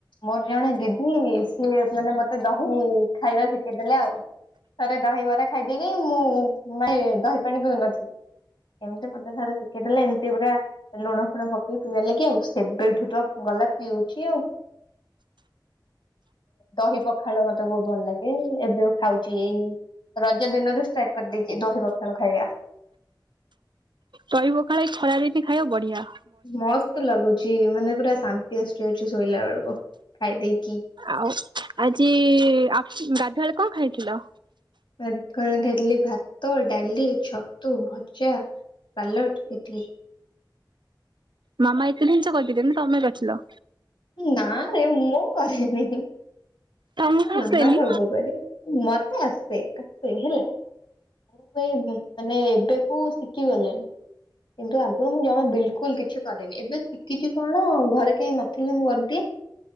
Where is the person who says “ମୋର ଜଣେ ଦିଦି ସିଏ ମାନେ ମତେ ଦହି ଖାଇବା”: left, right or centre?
Left